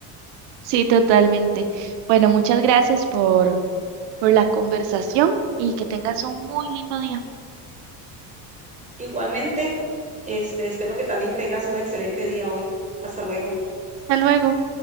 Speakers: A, on the right; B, on the right.
A: Sí, totalmente. Bueno, muchas gracias por, por la conversación y que tengas un muy lindo día.
B: Igualmente, este, espero que también tengas un excelente día hoy. Hasta luego.
A: Hasta luego.